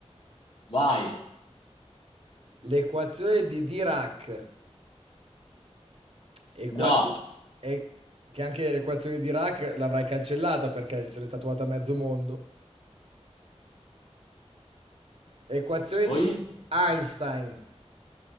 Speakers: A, on the left (about 50°); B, on the right (about 60°).
A: Vai.
B: L'equazione di Dirac. Equazio-
A: No.
B: e- che anche l'equazione di Dirac l'avrai cancellata perché se l'è tatuata a mezzo mondo. Equazione
A: Poi,
B: di Einstein.